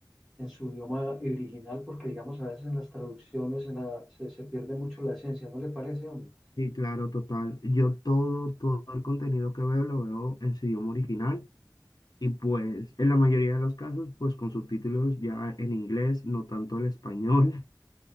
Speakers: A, in the centre; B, on the left.
A: en su idioma original, porque digamos a veces en las traducciones en la- se, se pierde mucho la esencia, ¿no le parece, hombre?
B: sí, claro, total. Yo todo, todo el contenido que veo lo veo en su idioma original y pues en la mayoría de los casos pues con subtítulos ya en inglés, no tanto el español. <laughs>